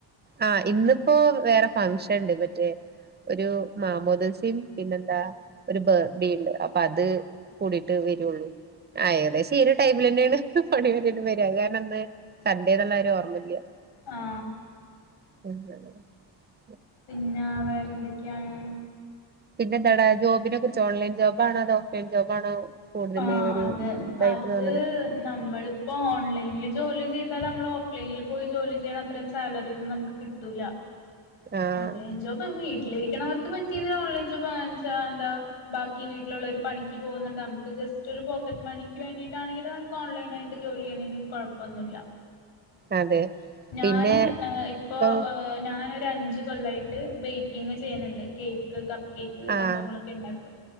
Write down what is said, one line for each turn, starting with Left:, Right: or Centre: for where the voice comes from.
Right: ആ ഇന്ന്പ്പോ വേറെ ഫങ്ഷൻ ഇണ്ട് മറ്റേ ഒരു മാമോദീസേം പിന്നെന്താ ഒരു <unintelligible> ഇണ്ട് അപ്പ അത് കൂടിട്ട് വരൊള്ളൂ. ആ ഏകദേശ ഈ ഒര് ടൈ ഇങ്ങനേണ് പണി വര് വര് കാരണം ഇന്ന് സൺഡേന്ന്ള്ള കാര്യംഓർമ്മല്ല്യ
Left: ആ
Right: <unintelligible>
Left: പിന്ന വേറെന്തൊക് ക്കെയാണ്.
Right: പിന്നെ എന്താടാ ജോബിനെ കുറിച്ച് ഓൺലൈൻ ജോബാണോ അതോ ഓഫ് ലൈൻ ജോബാണോ? കൂടുതൽ
Left: ആ
Right: ഒരു
Left: അതെ
Right: ഇതായിട്ട്
Left: അത്
Right: തോന്നണ്
Left: നമ്മളിപ്പോ ഓൺലൈനിൽ ജോലി ചെയ് ത്താല് നമ്മള് ഓഫ് ലൈനിൽ പോയി ജോലി ചെയ്യണ അത്രയും സാലറിയൊന്നും നമുക്ക് കിട്ടൂല്ല
Right: ആഹ്
Left: ഓൺലൈൻ ജോബാവു വീ ട്ടിലിരിക്കണവർക്ക് പറ്റിയത് ഓൺലൈൻ ജോബാണ്ച്ചാ എന്താ ബാക്കി വീട്ടിലുള്ള ഒരു പണിക്ക് പോകുന്നുണ്ട് നമുക്ക് ജസ്റ്റ് ഒരു പോക്കറ്റ് മണിക്ക് വേണ്ടിട്ടാണെങ്കിലും നമുക്ക് ഓൺലൈൻ ആയിട്ട് ജോലി ചെയ്യണേന് കൊഴപ്പൊന്നുല്ല.
Right: അതെ
Left: ഞാന്
Right: പിന്നെ
Left: ഏ ഇപ്പോ
Right: ഇപ്പൊ
Left: ഏ ഞാന് ഒര് <unintelligible> അഞ്ച് കൊല്ലായിട്ട് ബേക്കിംഗ് ചെയ്യണണ്ട്, കേക്ക്, കപ് കേക്ക് സംഭവങ്ങളൊക്കെ
Right: ആഹ്
Left: ഇണ്ടാക്കും,